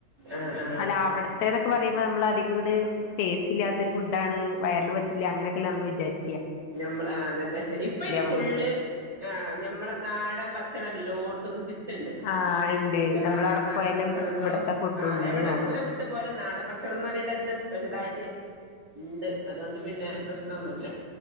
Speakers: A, on the right; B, on the left.
A: ആഹ് ആഹ്
B: അല്ല അവിടെ മറ്റേന്നൊക്കെ പറയുമ്പ നമ്മളധികംങ്ങട് ടേസ്റ്റില്യാത്തൊര് ഫുഡ്ഡാണ് വയറിന് പറ്റില്യ അങ്ങനെക്കെല്ലേ നമ്മള് വിചാരി
A: ഞമ്മള് ആഹ് അതന്നെ ഇപ്പ അയ്ന് ഫുള്ള്
B: പറയാ
A: ആഹ് ഞമ്മളെ നാടൻ ഭക്ഷണം എല്ലോ ത്തും കിട്ട്ണ്ട്
B: ആഹ് ഇണ്ട്
A: എല്ലാ
B: നമ്മളവിടെ
A: നാടൻ
B: പോയാലും
A: ഭക്ഷണങ്ങളും
B: ഇവിടത്തെ ഫുഡും
A: ആഹ്
B: ഉണ്ട്
A: എവിടെ
B: തോന്നണു
A: ദൂരെ ട്ട് പോലെ നാടൻ ഭക്ഷണംന്ന് പറഞ്ഞിട്ടെന്നെ സ്പെഷ്യലായിട്ട് ഇണ്ട് അതോണ്ട് പിന്നെ പ്രശ്നൊന്നൂല്ലാ